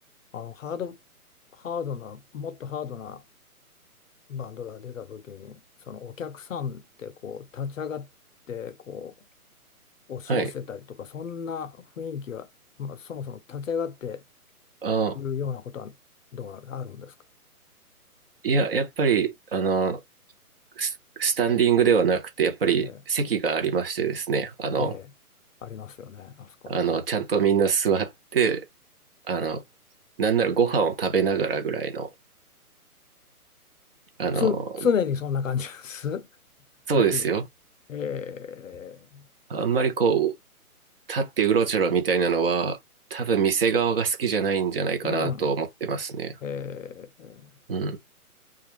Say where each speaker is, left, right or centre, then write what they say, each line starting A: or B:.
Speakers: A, on the left (about 60°); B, on the right (about 40°).
A: あ、あのハード、ハードな、もっとハードなバンドが出た時に、そのお客さんってこう立ち上がってこう押し寄せたりとか、
B: はい。
A: そんな雰囲気は、まあ、そもそも立ち上がって
B: ああ、
A: いくようなことはどうなんあるんですか
B: いや、やっぱり、あの、ススタンディングではなくて、やっぱり席がありましてですね、
A: え
B: あの、
A: え、ええありますよね、あそこに。
B: あの、ちゃんとみんな座って、あの、なんならご飯を食べながらぐらいの、あの、
A: つ、常にそんな感じです。
B: そうですよ。
A: <laughs> はい。ええ、
B: あんまりこう、立ってうろちょろみたいなのは、多分店側が好きじゃないんじゃないかなと思ってますね。
A: うん。ええ
B: うん。